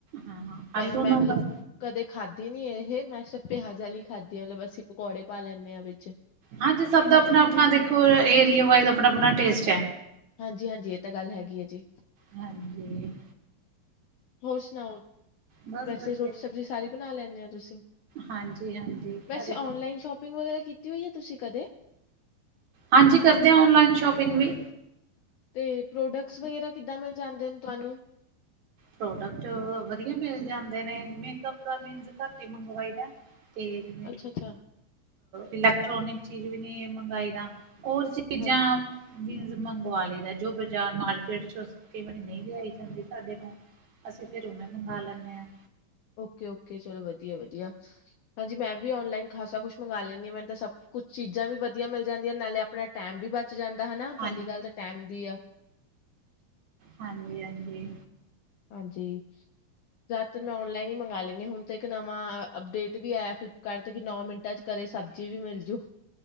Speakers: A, on the right (about 55°); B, on the left (about 75°).
A: ਹਾਂ
B: ਮੈਂ
A: ਆਲੂ ਨੂੰ
B: ਮਲਬ
A: ਬਸ
B: ਕਦੇ ਖਾਧੀ ਨੀ ਇਹ ਮੈਂ ਸਿਰਫ਼ ਪਿਆਜ਼ ਆਲੀ ਖਾਧੀ ਆ ਨਾਲ ਅਸੀਂ ਪਕੌੜੇ ਪਾ ਲੈਂਣੇ ਆਂ ਵਿੱਚ
A: ਹਾਂਜੀ ਸਭ ਦਾ ਆਪਣਾ-ਆਪਣਾ ਦੇਖੋ ਏਰੀਆ ਵਾਇਜ਼ ਆਪਣਾ-ਆਪਣਾ ਟੇਸਟ ਐ।
B: ਹਾਂਜੀ-ਹਾਂਜੀ ਏ ਤਾ ਗੱਲ ਹੈਗੀ ਹੈ ਜੀ।
A: ਹਾਂਜੀ
B: ਹੋਰ ਸੁਣਾਓ।
A: ਬਸ
B: ਵੈਸੇ
A: ਵਧੀਆ
B: ਰੋਟੀ ਸਬਜ਼ੀ ਸਾਰੀ ਬਣਾ ਲੈਂਣੇ ਓ ਤੁਸੀਂ
A: ਹਾਂਜੀ-ਹਾਂਜੀ
B: ਵੈਸੇ
A: ਘਰੇ ਬਣਾ
B: ਔਨਲਾਈਨ ਸੋਪਿੰਗ ਪਿੰਗ ਵਗੈਰਾ ਕੀਤੀ ਹੋਈ ਹੈ ਤੁਸੀਂ ਕਦੇ
A: ਹਾਂਜੀ ਕਰਦੇ ਹਾਂ ਔਨਲਾਈਨ ਸ਼ੋਪਿੰਗ ਵੀ
B: ਤੇ ਪ੍ਰੋਡੈਕਸ ਵਗੈਰਾ ਕਿੱਦਾਂ ਮਿਲ ਜਾਂਦੇ ਨੇ ਤੁਆਨੂੰ
A: ਪ੍ਰੋਡੈਕਟ ਵਧੀਆ ਮਿਲ ਜਾਂਦੇ ਨੇ ਮੇਕਪ ਦਾ ਮੀਨਜ਼ ਘੱਟ ਈ ਮੰਗਵਾਈ ਦਾ ਤੇਜ਼
B: ਅੱਛਾ-ਅੱਛਾ
A: ਇਲੈਕਟ੍ਰੋਨਿਕ ਚੀਜ਼ ਵੀ ਨਈ ਮੰਗਾਈ ਦਾ ਓ ਚੀਜ਼ਾਂ
B: ਹਾਂ
A: ਮੀਂਜ ਮੰਗਵਾ ਲਈ ਦਾ ਜੋ ਬਾਜ਼ਾਰ ਮਾਰਕੀਟ ਚੋ ਕਈ ਵਾਰੀ ਨਈ ਲਿਆਈ ਜਾਂਦੀ ਸਾਡੇ ਤੋਂ ਅਸੀ ਫਿਰ ਉਵੇਂ ਮੰਗਾ ਲੈਂਣੇ ਆਂ।
B: ਓਕੇ-ਓਕੇ ਚਲੋ ਵਧੀਆ-ਵਧੀਆ ਹਾਂਜੀ ਮੈਂ ਵੀ ਔਨਲਾਈਨ ਖਾਸਾ ਕੁਝ ਮੰਗਾ ਲੈਂਣੀ ਆਂ ਮੈਨੂੰ ਤਾਂ ਸਭ ਕੁਛ ਚੀਜ਼ਾਂ ਵੀ ਵਧੀਆ ਮਿਲ ਜਾਂਦੀਆਂ ਨੇ ਨਾਲੇ ਆਪਣਾ ਟੈਮ ਵੀ ਬਚ ਜਾਂਦਾ ਹਨਾ ਪੈਲੀ
A: ਹਾਂਜੀ
B: ਗੱਲ ਤਾਂ ਟੈਮ ਦੀ ਆ।
A: ਹਾਂਜੀ-ਹਾਂਜੀ
B: ਹਾਂਜੀ ਜਾਦਾਤਰ ਮੈਂ ਔਨਲਾਈਨ ਈ ਮੰਗਾ ਲੈਣੀ ਹੁਣ ਤਾ ਇੱਕ ਨਵਾਂ ਅੱਪਡੇਟ ਵੀ ਆਇਆ ਫਲਿੱਪਕਾਰਟ ਤੇ ਕਿ ਨੌ ਮਿੰਟਾਂ 'ਚ ਘਰੇ ਸਬਜ਼ੀ ਵੀ ਮਿਲ ਜੂ